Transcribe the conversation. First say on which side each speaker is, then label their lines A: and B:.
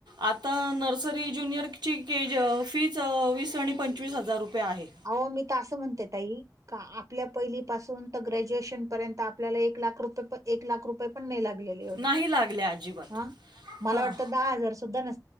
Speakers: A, on the right (about 80°); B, on the right (about 50°).
A: आता नर्सरी, ज्युनियरची केज फीच वीस आणि पंचवीस हजार रुपये आहे.
B: अहो मी तर आसं म्हणते ताई का आपल्या पहिली पासून त ग्रॅज्युएशन पर्यंत आपल्याला एक लाख रुपये पण एक लाख रुपये पण नाही लागलेले. एवढे
A: नाही लागल्या अजिबात
B: हा मला
A: हां
B: वाटत दहा हजार सुद्धा नस